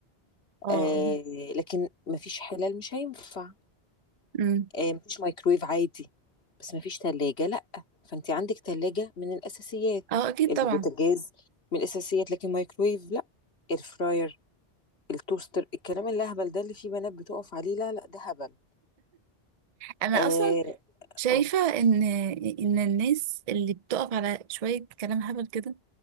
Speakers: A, on the right; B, on the left.
A: اه اه
B: آه لكن مفيش حلال مش هينفع
A: امم
B: آه، مفيش مايكرويف عادي بس مفيش تلاجة لأ فأنت عندك تلاجة من الأساسيات
A: اه اكيد
B: البوتاجاز
A: طبعا
B: من الأساسيات لكن مايكرويف لأ الفراير التوستر الكلام الأهبل ده اللي فيه بنات بتقف عليه لا لأ ده هبل
A: انا
B: آه
A: اصلا شايفه
B: آه
A: ان ان الناس اللي بتقف على شويه كلام هبل كده